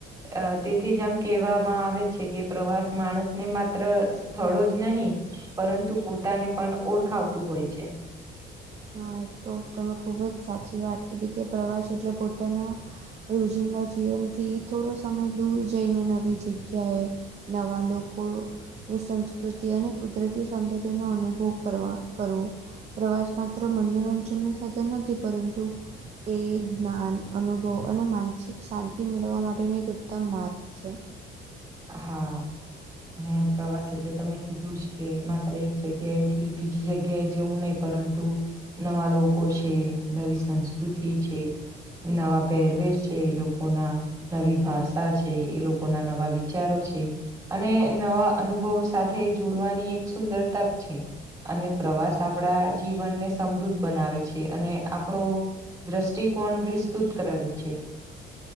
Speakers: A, on the right; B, on the right.
A: અ તેથી જે આમ કેહેવામાં આવે છે કે પ્રવાસ માણસને માત્ર. સ્થળો જ નહીં પરંતુ પોતાને પણ ઓળખાવતું હોય છે.
B: હા તો તમે ખૂબ જ સાચી વાત કીધી કે પ્રવાસ એટલે પોતાના. રોજિંદા જીવનથી થોડો સમય દૂર જઈને નવી જગ્યાએ. નવા લોકો. એ સંસ્કૃતિ અને કુદરતી સૌંદર્યનો અનુભવ કરવા કરવો. પ્રવાસ માત્ર મનોરંજન સાથે નથી પરંતુ. એ જ્ઞાન અનુભવ અને માનસિક શાંતિ મેળવવા માટેનો એક ઉત્તમ માર્ગ. છે.
A: હા. અને પ્રવાસ એટલે તમે કીધું જ કે માત્ર એક જગ્યાએ થી બીજી જગ્યાએ જેવું નહી. પરંતુ નવા લોકો છે નવી સંસ્કૃતિ છે. નવા પહેરવેશ છે એ લોકો ના નવી ભાષા છે એ લોકોના નવા વિ. વિચારો છે અને નવા અનુભવ સાથે જોડવાની એક સુંદર તક છે. અને પ્રવાસ આપણા જીવનને સમૃદ્ધ બનાવે છે અને આપણો. દ્રષ્ટિકોણ વિસ્તૃત કરાવે છે.